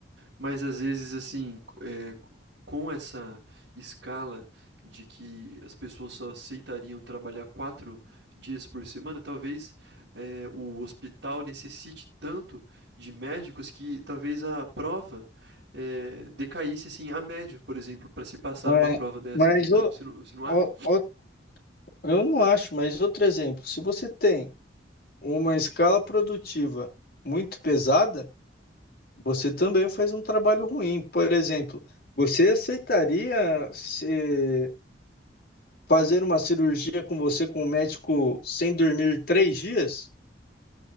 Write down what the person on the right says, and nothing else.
Mas às vezes, assim, é, com essa escala de que as pessoas só aceitariam trabalhar quatro dias por semana, talvez é, o hospital necessite tanto de médicos que talvez a prova é, decaísse assim a média, por exemplo, para se passar
numa prova dessa,
entendeu?
Você não, você não
acha?